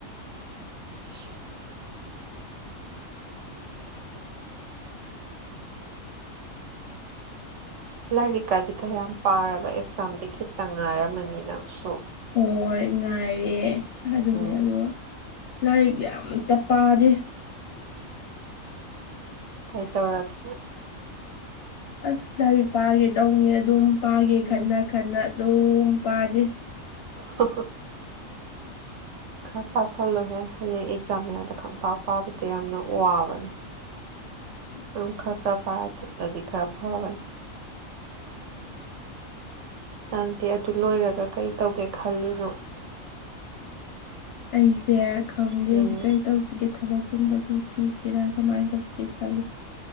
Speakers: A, on the right; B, on the left.
A: <inaudible>
B: <inaudible>
A: ꯂꯥꯏꯔꯤꯛꯀꯗꯤ ꯀꯌꯥꯝ ꯄꯥꯔꯕ ꯑꯦꯛꯖꯥꯝꯗꯤ ꯈꯤꯠꯇ ꯉꯥꯏꯔꯝꯃꯅꯤꯅꯪꯁꯨ
B: ꯍꯣꯏ ꯉꯥꯏꯔꯦ ꯑꯗꯨꯅꯦ
A: ꯎꯝ
B: ꯑꯁ ꯂꯥꯏꯔꯤꯛ ꯑꯥꯝꯇ ꯄꯥꯗꯦ
A: ꯀꯩ ꯇꯧꯔꯒꯦ
B: ꯑꯁ ꯂꯥꯏꯔꯤꯛ ꯄꯥꯒꯦ ꯇꯧꯅꯤ ꯑꯗꯨꯝ ꯄꯥꯒꯦ
A: ꯎꯝ
B: ꯈꯟꯅ ꯈꯟꯅ ꯑꯗꯨꯝ ꯄꯥꯗꯦ
A: ꯍꯥ ꯍꯥ ꯎꯝ ꯈꯔ ꯄꯥꯁꯤꯜꯂꯣꯏꯍꯦ ꯍꯌꯦꯡ ꯑꯦꯛꯖꯥꯝ ꯃꯌꯥꯗ ꯈꯪꯄꯥ ꯄꯥꯕꯗꯣ ꯌꯥꯝꯅ ꯋꯥꯕꯅꯦ
B: <inaudible>
A: ꯑꯗꯨꯝ ꯈꯔ ꯈꯔ ꯄꯥꯏꯔ ꯆꯠꯂꯗꯤ ꯈꯔ ꯐꯕꯅꯤ ꯅꯪꯗꯦ ꯑꯗꯨ ꯂꯣꯏꯔꯒ ꯀꯩ ꯇꯧꯒꯦ ꯈꯜꯂꯤꯅꯣ
B: ꯑꯩꯁꯦ ꯈꯪꯗꯦ
A: ꯎꯝ
B: ꯑꯩꯁꯦ ꯀꯩ ꯇꯧꯁꯤꯒꯦ ꯊꯕꯛꯀꯨꯝꯕ ꯁꯨꯝ ꯊꯤꯁꯤꯔ ꯀꯃꯥꯏꯅ ꯇꯧꯁꯤꯒꯦ ꯈꯜꯂꯤ